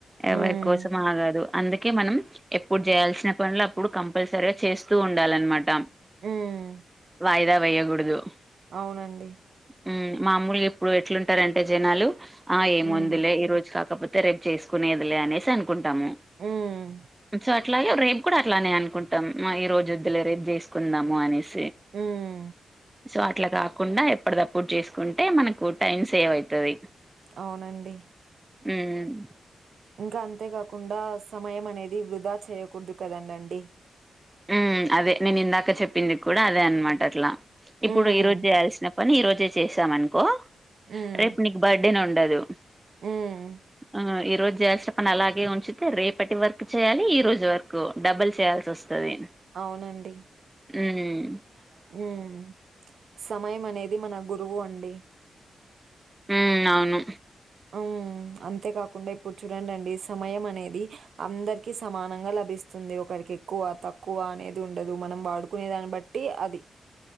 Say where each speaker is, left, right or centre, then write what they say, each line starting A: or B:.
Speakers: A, on the right (about 70°); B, on the right (about 15°).
A: హ్మ్.
B: ఎవరి కోసం ఆగాదు అందుకే మనం ఎప్పుడు చేయాల్సిన పనులు అప్పుడు కంపల్సరిగా చేస్తూ ఉండాలన్మాట
A: ఉమ్
B: వాయిదా వేయ్యకూడదు
A: అవునండి
B: ఉమ్ మమ్ములు ఇప్పుడు ఎట్లుంటారంటే జనాలు ఆ ఏముందిలే
A: హ్మ్.
B: ఈ రోజు కాకపోతే రేప్ చేసుకునేదిలే అనేసి అనుకుంటాము
A: హ్మ్.
B: స అట్లాగే రేపు కూడా అట్లానే అనుకుంటాం ఈ రోజు వద్ద్ లే రేపు చేసుకుందాము అనేస్
A: హ్మ్.
B: సో అట్లా కాకుండా ఎప్పదప్పుడు చేసుకుంటే మనకు టైమ్స్ సేవైతది
A: అవునండి
B: ఉమ్
A: ఇంకా అంతేకాకుండా సమయం అనేది వృధా చేయకూడ్ దు కదండండి
B: ఉమ్ అదే నేనిందాక చెప్పింది కూడా అదే అన్ మాట అట్లా ఇప్పుడు
A: హ్మ్.
B: ఈ రోజ్ జేయాల్స్ నప్ పని ఈ రోజే చేసాంమానుకో
A: హ్మ్.
B: రేపు నీక్ బడ్డే నుండదు
A: హ్మ్.
B: ఆ ఈ రోజ్ జేయల్స్ పని అలాగే ఉంచితే రేపటి వర్క్ చేయాలి ఈ రోజు వర్కు డబుల్ చేయాల్స్ సోస్తది
A: ఔనండి
B: ఉమ్
A: ఉమ్ సమయం అనేది మన గురువు అండి
B: ఉమ్ ఔను
A: ఉమ్మ్ అంతేకాకుండే ఇప్పుడ్ చూడండండి సమయం అనేది అందర్కి సమానంగా లభిస్తుంది ఒకరి కేక్కువ తక్కువ అనేది ఉండదు మనం వాడుకునే దాన్ని బట్టి అది